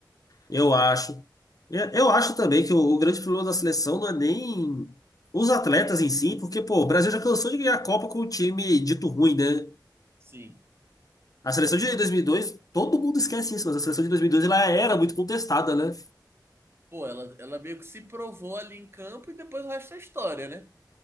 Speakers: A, on the left (about 50°); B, on the right (about 30°).
A: eu acho. É, Eu acho também que o, o grande problema da seleção não é nem os atletas em si, porque, pô, o Brasil já cansou de ganhar a Copa com um time dito ruim, né?
B: Sim.
A: A seleção de 2002, todo mundo esquece isso, mas a seleção de 2002 ela era muito contestada, né?
B: Pô, ela, ela meio que se provou ali em campo e depois o resto é história, né?